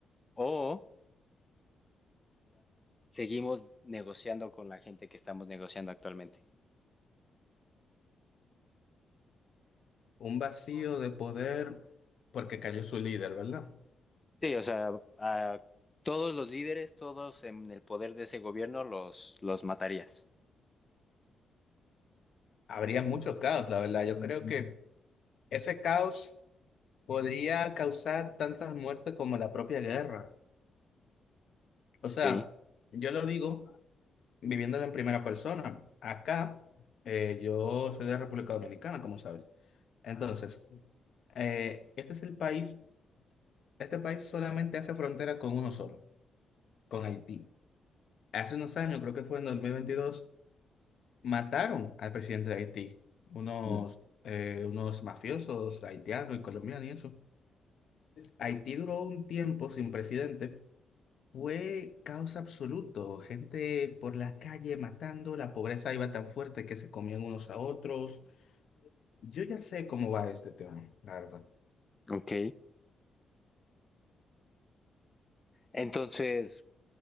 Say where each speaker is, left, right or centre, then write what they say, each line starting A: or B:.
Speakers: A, on the left (about 15°); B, on the left (about 55°).
A: O seguimos negociando con la gente que estamos negociando actualmente.
B: Un vacío de poder porque cayó su líder, ¿verdad?
A: Sí, o sea, a todos los líderes, todos en el poder de ese gobierno, los, los matarías.
B: Habría mucho caos, la verdad. Yo creo que ese caos podría causar tantas muertes como la propia guerra. O sea,
A: Sí.
B: yo lo digo viviéndolo en primera persona. Acá, eh, yo soy de República Dominicana, como sabes. Entonces, eh, este es el país, este país solamente hace frontera con uno solo, con Haití. Hace unos años, creo que fue en 2022 mataron al presidente de Haití, unos,
A: Mm.
B: eh, unos mafiosos haitianos y colombianos y eso. Haití duró un tiempo sin presidente. Fue caos absoluto, gente por las calles matando, la pobreza iba tan fuerte que se comían unos a otros, Yo ya sé cómo va este tema, la verdad.
A: Ok. Entonces,